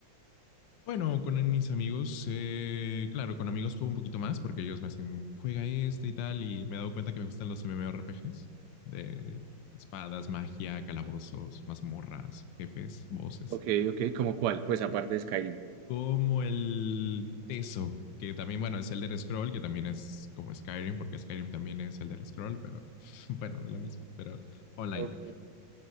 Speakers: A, on the left (about 80°); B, on the right (about 70°).
A: Bueno, con mis amigos, eh, claro, con amigos juego un poquito más porque ellos me hacen, juega este y tal, y me he dado cuenta que me gustan los MMORPGs de espadas, magia, calabozos, mazmorras, jefes, voces,
B: Ok, ok, ¿cómo cuál? Pues aparte de Skyrim.
A: como el Teso, que también, bueno, es Elder Scroll, que también es como Skyrim, porque Skyrim también es Elder Scroll, pero <laughs> bueno, de lo mismo, pero online.
B: Ok.